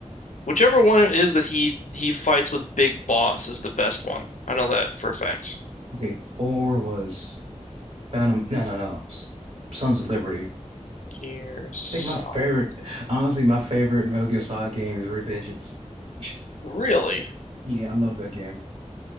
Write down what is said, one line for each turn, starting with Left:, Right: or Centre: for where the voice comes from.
Left: Whichever one it is that he he fights with Big Boss is the best one. I know that for a fact.
Right: Okay, 4 was Phantom. No, no, no. S- Sons of Liberty.
Left: Gear Solid.
Right: I think my favorite, honestly, my favorite Metal Gear Solid game is Revengeance. <laughs>
Left: Really?
Right: Yeah, I love that game.